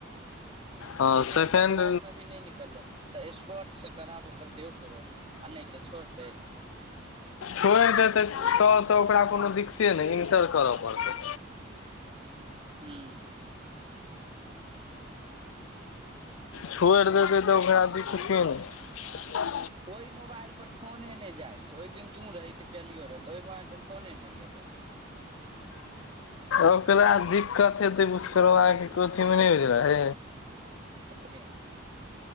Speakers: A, on the left; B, on the right.
A: हँ
B: आ नय
A: सेकेंड
B: तऽ ठड में भी नय निकललै तऽ स्पॉर्ट से कराबऽ पड़तै ओकरो आ नय तऽ छोड़तै
A: छोईड़ देतै तब तऽ ओकरा कोनो दिक्कते नय इन्टर करऽ पड़तै
B: हू
A: छोईड़ देतै तऽ ओकरा दिखते रह
B: ओय मोबाइल पर फोने नय जाय छै ओहि दिन तू रही ते केलियो रहे ते ओय मोबाइल पर फोने नय गेलो
A: ओकरा दिक्कत हेते भुषकरबा के कोथी मे नय बुझलहि
B: कोथि मे